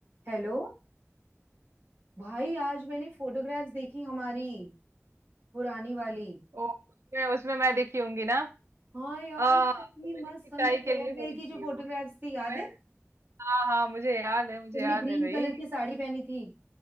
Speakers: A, on the right; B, on the right.
A: Hello भाई आज मैंने फोटोग्राफ्स देखी हमारी पुरानी वाली
B: ओ उसमें उसमें मैं दिखी होंगी ना
A: हाँ यार
B: आ,
A: कितनी
B: तो मैंने
A: मस्त
B: खिंचाई
A: हमने
B: के
A: फेयरवेल
B: लिए फोन
A: की
B: किया
A: जो फोटोग्राफ्स
B: हो
A: थी याद
B: मैं
A: है
B: हाँ हाँ मुझे याद है मुझे
A: तुमने
B: याद
A: ग्रीन
B: है भाई
A: कलर की साड़ी पहनी थी